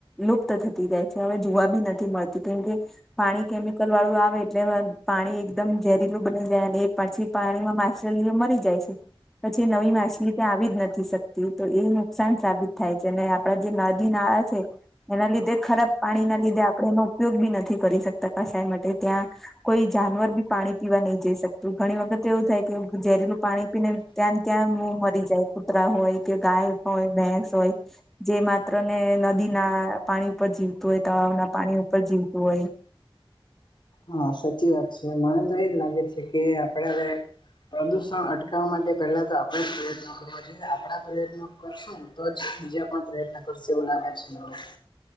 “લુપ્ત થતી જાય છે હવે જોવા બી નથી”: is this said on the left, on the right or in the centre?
Centre